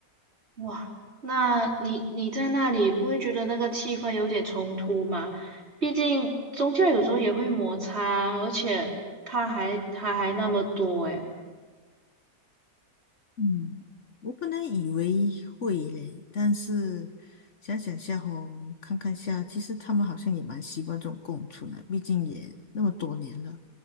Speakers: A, on the right (about 45°); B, on the left (about 55°).
A: 哇，那你你在那里不会觉得那个气氛有点冲突吗？毕竟宗教有时候也会摩擦，而且他还他还那么多诶。
B: 嗯，我本来以为会嘞，但是想想下吼，看看下，其实他们好像也蛮习惯这种共存的，毕竟也那么多年了。